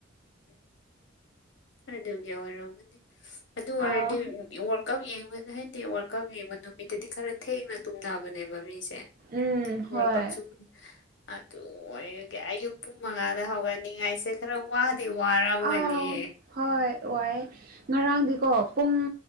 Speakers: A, on the left; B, on the right.
A: ꯎꯝ ꯑꯗꯨꯒꯤ ꯑꯣꯏꯔꯝꯒꯗꯤ ꯑꯗꯨ ꯑꯣꯏꯔꯗꯤ
B: ꯑꯥ
A: ꯑꯣꯔ ꯀꯞ ꯌꯦꯡꯕ ꯍꯥꯏꯗꯤ ꯑꯣꯔ ꯀꯞ ꯌꯦꯡꯕ ꯅꯨꯃꯤꯠꯇꯗꯤ ꯈꯔ ꯊꯦꯡꯅ ꯇꯨꯝꯅꯕꯅꯦꯕ ꯃꯤꯁꯦ
B: ꯎꯝ ꯍꯣꯏ
A: ꯋꯥꯜꯀꯞꯁꯨ꯫ ꯑꯗꯨ ꯑꯣꯏꯔꯒ ꯑꯌꯨꯛ ꯄꯨꯡ ꯃꯉꯥꯗ ꯍꯧꯒꯅꯤꯡꯉꯥꯏꯁꯦ ꯈꯔ ꯋꯥꯗꯤ ꯋꯥꯔꯝꯒꯅꯤ
B: ꯑꯥꯎ ꯍꯣꯏ ꯋꯥꯥꯏꯑꯦ ꯉꯔꯥꯡꯗꯤꯀꯣ ꯄꯨꯡ